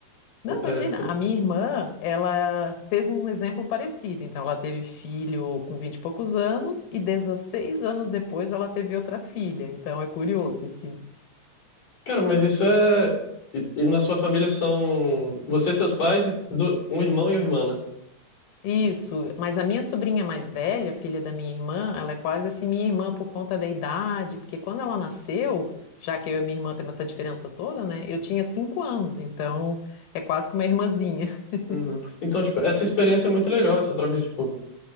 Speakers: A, on the left; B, on the left.
A: Não, imagina,
B: É, foi-
A: a minha irmã, ela fez um exemplo parecido. Então ela teve filho com 20 e poucos anos e 16 anos depois ela teve outra filha. Então é curioso, assim.
B: cara, mas isso é. E, e na sua família são você, seus pais, e do- um irmão e uma irmã, né?
A: Isso, mas a minha sobrinha mais velha, filha da minha irmã, ela é quase assim minha irmã por conta da idade, porque quando ela nasceu, já que eu e minha irmã temos essa diferença toda, né? Eu tinha cinco anos, então é quase que uma irmãzinha. <laughs>
B: Uhum. Então, tipo, essa experiência é muito legal, essa troca de, tipo,